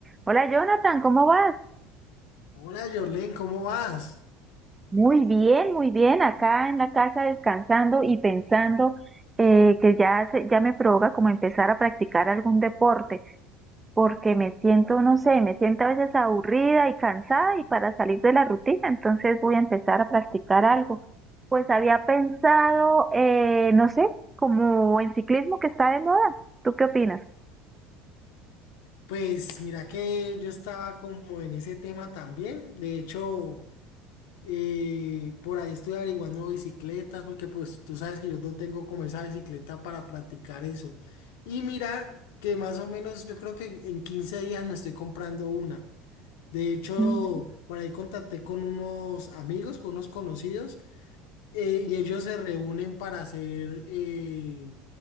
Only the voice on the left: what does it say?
Hola Jorlen, ¿cómo vas?
Pues mira que yo estaba como en ese tema también. De hecho, eh, por ahí estoy averiguando bicicletas porque pues tú sabes que yo no tengo como esa bicicleta para practicar eso. Y mira que más o menos yo creo que en 15 días me estoy comprando una. De hecho,
por ahí contacté con unos amigos, con unos conocidos, eh, y ellos se reúnen para hacer eh,